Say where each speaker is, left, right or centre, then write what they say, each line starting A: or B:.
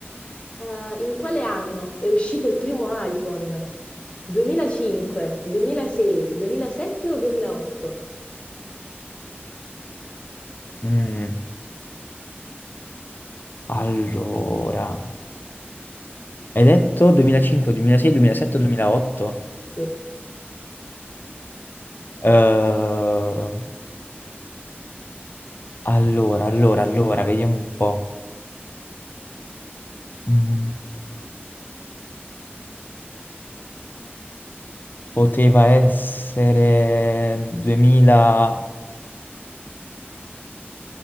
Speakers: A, on the left; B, on the left.
A: eh, in quale anno è uscito il primo iPhone? 2005, 2006, 2007 o 2008?
B: Mm, Allora, hai detto 2005, 2006, 2007, 2008?
A: Sì.
B: Eh, Allora, allora, allora, vediamo un po'. Mm, poteva essere 2006.